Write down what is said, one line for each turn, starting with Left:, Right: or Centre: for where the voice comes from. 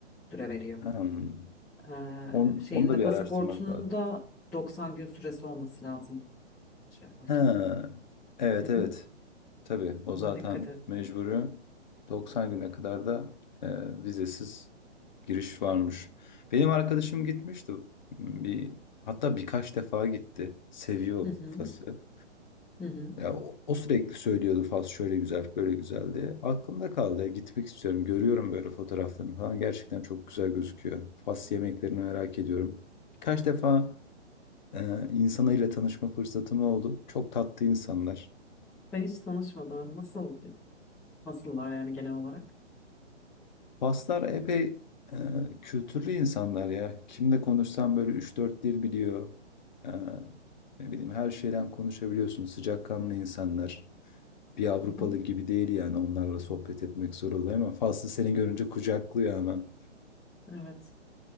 Centre: süre veriyor.
Left: Hmm.
Centre: E,
Left: On,
Centre: şeyin
Left: onu da
Centre: de pasaportunda
Left: bir araştırmak lazım.
Centre: 90 gün süresi olması lazım şey yaparken.
Left: Ha. Evet
Centre: Hı
Left: evet.
Centre: hı.
Left: Tabii o
Centre: Ona
Left: zaten
Centre: dikkat et.
Left: mecburi. 90 güne kadar da e, vizesiz giriş varmış. Benim arkadaşım gitmişti. Bir, hatta birkaç defa gitti. Seviyor
Centre: Hı hı.
Left: Fas'ı.
Centre: Hı hı.
Left: Ya, o, o sürekli söylüyordu Fas şöyle güzel böyle güzel diye. Aklımda kaldı. Ya, gitmek istiyorum. Görüyorum böyle fotoğraflarını falan. Gerçekten çok güzel gözüküyor. Fas yemeklerini merak ediyorum. Birkaç defa Ee, insanıyla tanışma fırsatım oldu. Çok tatlı insanlar.
Centre: Ben hiç tanışmadım. Nasıl nasıllar yani genel olarak?
Left: Faslar epey e, kültürlü insanlar ya. Kimle konuşsam böyle üç dört dil biliyor. Ee, ne bileyim her şeyden konuşabiliyorsun. Sıcakkanlı insanlar. Bir Avrupalı
Centre: Hı hı.
Left: gibi değil yani onlarla sohbet etmek zor oluyor ama Faslı seni görünce kucaklıyor hemen.
Centre: Evet.